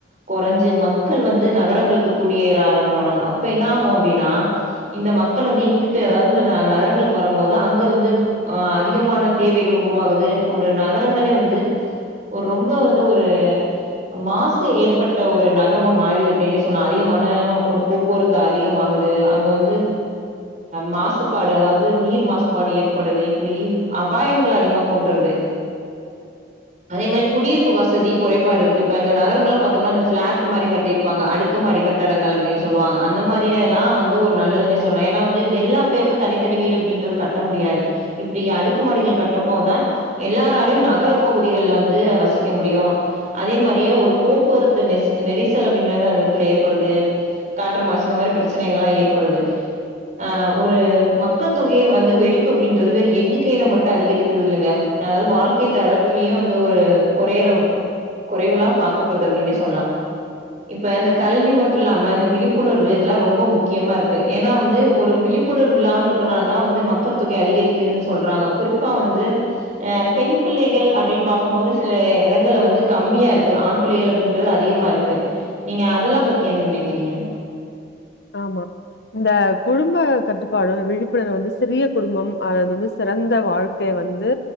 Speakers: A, on the right; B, on the left.
A: கொறஞ்சு மக்கள் வந்து நகரங்களுக்கு குடியேர ஆரம்பிபோறாங்க அப்ப என்ன ஆகு அப்டின்னா இந்த மக்கள் வந்து இங்கிட்டு அதாவது நகரங்களுக்கு வர போது அங்க வந்து அ அதிகமான தேவைகள் உருவாகுது ஒரு நகரங்களே வந்து ஒரு ரொம்ப வந்து ஒரு மாசு ஏற்பட்ட ஒரு நகரமா மாறிது அப்டின்னே சொல்லா அதிகமான ஒரு போக்குவரத்து அதிகமாகு து அங்க வந்து மாசுபாடு அதாவது நீர் மாசுபாடு ஏற்படுது இப்படி அபாயங்கள் அதிகமா கொண்டுவர்றது அதே மாரி குடியிருப்பு வசதி குறைபாடு இருக்கு இப்ப இந்த நகரங்கள்லா பாத்தோம்னா இந்த ஃபிளாட் மாரி கட்டிருப்பாங்க அடுக்கு மாடி கட்டடங்கள் அப்டின்னு சொல்லுவாங்க அந்த மாரி எல்லாம் வந்து ஒரு நல்லதுனே சொல்லலா வந்து எல்லா பேருக்கு தனித்தனி வீடு அப்புடின்றது கட்ட முடியாது இப்டி அடுக்கு மாடிகள் கட்டும்போதா எல்லாராலயு நகர பகுதிகள்ல வந்து வசிக்க முடியு அதே மாரியே ஒரு போக்குவரத்து நெரிசல் அப்படின்றத அந்த எடத்துல ஏற்படுது காற்று மாசு இந்த மாரி பிரச்சனைகல்லா ஏற்படுது ஆ ஒரு மக்கள் தொகை வந் து வெடிப்பு அப்படின்றது வேற எண்ணிக்கையில மட்டு அதிகரிக்குறதுல்லங்க அதாவது வாழ்க்கை தரத்திலயும் வந்து ஒரு கொறையறவு கொறைவுளா பாக்கப்படுது அப்படின்னே சொல்லா இப்ப இந்த கல்வி மட்டு இல்லாம இந்த விழிப்புணர்வு இதெல்லா ரொம்ப முக்கியமா இருக்கு ஏன்னா வந்து ஒரு வி ழிப்புணர்வு இல்லாம இருக்கனால தா வந்து மக் மக்கள் தொகை அதிகரிக்குதுன்னு சொல்றாங்க குறிப்பா வந்து பெண் பிள்ளைகள் அப்படின்னு பாக்கும்போது சில எடங்கல்ல வந்து கம்மியா இருக்கு ஆண் பிள்ளைகள் அப்படின்றது அதிகமா இருக்கு நீங்க அதெல்லா பத்தி என்ன நெனைக்கிறீங்க
B: ஆமா இந்த குடும்ப கட்டுப்பாடு விழிப்புணர்வு வந்து சிறிய குடும்பம் அது வந்து சிறந்த வாழ்க்கை வந்து